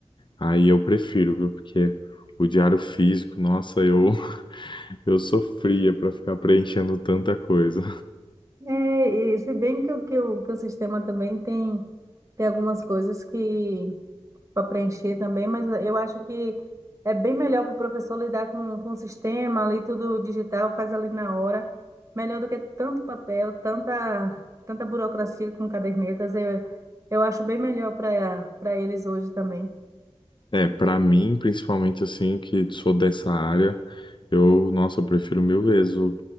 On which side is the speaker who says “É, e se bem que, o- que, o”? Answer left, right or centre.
Right